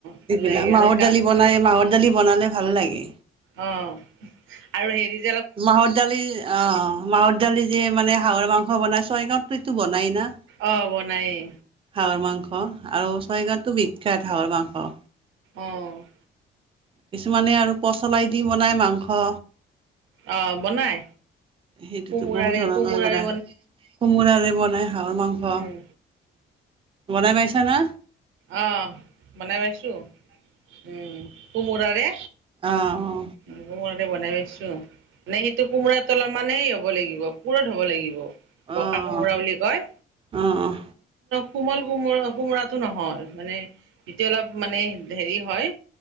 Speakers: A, on the right; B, on the right.
A: ভাল
B: সেবিলাক
A: লাগে
B: মাহৰ
A: আৰু গা
B: দালি বনাই, মাহৰ দালি বনালে ভাল লাগে।
A: অ আৰু হেৰিজ
B: মাহৰ দালি অ'। মাহৰ দালি যে মানে হাঁহৰ মাংস বনাই ছয়গাঁওটো এইটো বনাইয়েই।
A: অ' বনাইয়েই।
B: হাঁহৰ মাংস আৰু ছয়গাঁওটো বিখ্যাত হাঁহৰ মাংস।
A: অহ'
B: কিছুমানে আৰু পচলাই দি বনাই মাংস।
A: অ বনাই
B: সেইটোতো
A: কোমোৰাৰে
B: বহুত ধৰণেৰে
A: কোমোৰাৰে
B: বনাই কোমোৰাৰে বনাই হাঁহৰ মাংস
A: উম
B: বনাই পাইছা না?
A: আহ বনাই পাইছোঁ। উম, কোমোৰাৰে
B: আহ
A: <unintelligible> বনাই‌ পাইছোঁ, মানে সেইটো কোমোৰাটো অলপমানে সেই হ'ব লাগিব পুৰঠ হ'ব লাগিব। পকা
B: অ',
A: কোমোৰা বুলি কয়।
B: অ', অ',
A: কোমল কোমোৰা কোমোৰাটো নহয়। মানে এতিয়া অলপ মানে হেৰি হয়।